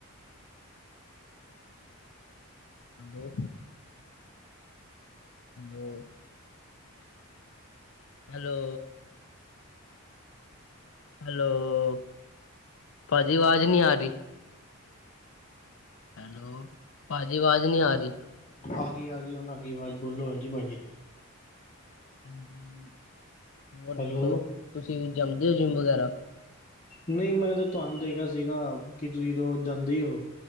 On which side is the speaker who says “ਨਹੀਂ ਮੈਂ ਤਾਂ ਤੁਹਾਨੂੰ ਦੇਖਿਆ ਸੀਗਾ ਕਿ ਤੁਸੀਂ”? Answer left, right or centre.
Left